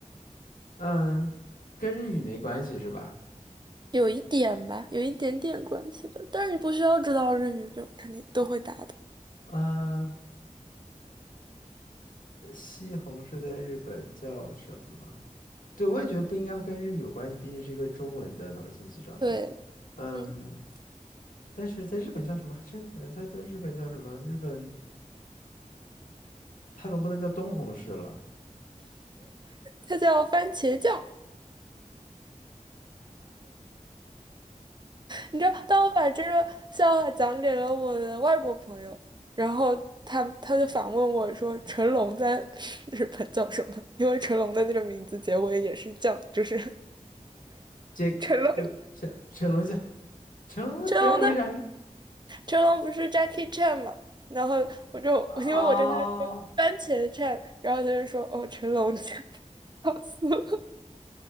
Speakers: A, on the left (about 85°); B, on the right (about 35°).
A: 嗯，跟日语没关系是吧？
B: 有一点吧，有一点点关系吧。但是你不需要知道日语，就肯定都会答的。
A: 啊，西红柿在日本叫什么？对，我也觉得不应该会跟日语有关系，毕竟是一个中文的脑筋急转弯。
B: 对，
A: 嗯，
B: 嗯，
A: 但是在日本叫什么？还真想不起来，在在日本叫什么？日本它总不能叫东红市了，
B: 它叫番茄酱。你知道，当我把这个笑话讲给了我的外国朋友，然后他他就反问我说：“成龙在 <laughs> 日本叫什么？”因为成龙的那个名字结尾也是酱，就是
A: 结就成成龙像
B: <laughs> 成龙。
A: 成龙的结尾为啥是
B: 成龙的成龙不是 Jackie Chan 嘛，然后我就我因为我跟他说番茄
A: 啊？
B: Chan，然后他就说哦成龙 <laughs> c 笑死我！